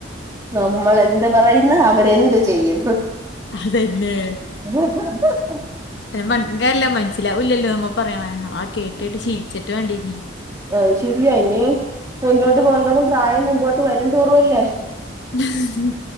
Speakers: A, on the right (about 15°); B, on the left (about 60°).
A: നമ്മള് എന്ത് പറയുന്നു അവരെന്ത് ചെയ്യു
B: അതന്നെ
A: ഹഹഹഹ
B: <unintelligible> മനസിലില്ലല്ലോ <unintelligible> നമ്മ പറയ്ണെ ആഹ് കേട്ടിട്ട് ശീലിച്ചിട്ട് വണ്ടിനി
A: അത് ശരിയാ ഇനീ മുന്നോട്ട് പോകുന്തോറും പ്രായം മുമ്പോട്ട് വരു ന്തോറുവല്ലേ
B: ഹഹഹ്